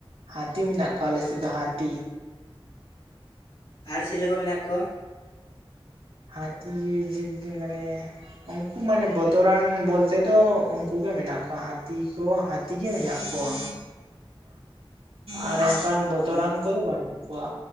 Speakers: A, on the right (about 75°); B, on the left (about 85°).
A: ᱦᱟᱹᱛᱤ ᱢᱮᱱᱟᱜ ᱠᱚᱣᱟ ᱟᱞᱮᱥᱮᱫ ᱫᱚ ᱦᱟᱹᱛᱤ᱾
B: ᱟᱨ ᱥᱤᱞᱮᱹ ᱠᱚ ᱢᱮᱱᱟᱜ ᱠᱚᱣᱟ?
A: ᱦᱟᱹᱛᱤ ᱡᱤᱵᱽ ᱢᱟᱱᱮᱼᱼ ᱩᱱᱠᱩ ᱢᱟᱱᱮ ᱵᱚᱛᱚᱨᱟᱱ ᱵᱚᱞᱛᱮ ᱫᱚ ᱩᱱᱠᱩᱜ ᱜᱮ ᱢᱮᱱᱟᱜ ᱠᱚᱣᱟ ᱦᱟᱹᱛᱤ ᱠᱚ ᱦᱟᱛ ᱛᱤᱜᱮ ᱢᱮᱱᱟᱜ ᱠᱚᱣᱟ ᱟᱨ ᱚᱱᱠᱟᱱ
B: ᱟᱪᱪᱷᱟ
A: ᱵᱚᱛᱚᱨᱟᱱ ᱠᱚᱫᱚ ᱵᱟᱹᱱᱩᱜ ᱠᱚᱣᱟ᱾